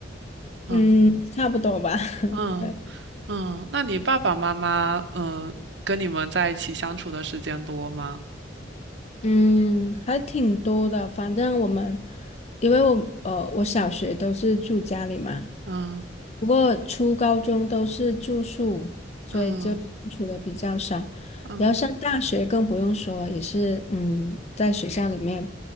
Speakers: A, on the right; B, on the left.
A: 嗯
B: 嗯，差不多吧，<laughs>
A: 嗯
B: 对。
A: 嗯，那你爸爸妈妈嗯跟你们在一起相处的时间多吗？
B: 嗯，还挺多的。反正我们，因为我呃，我小学都是住家里嘛，
A: 嗯
B: 不过初高中都是住宿，所以就住的比较少。
A: 嗯嗯
B: 然后上大学更不用说，也是嗯，在学校里面。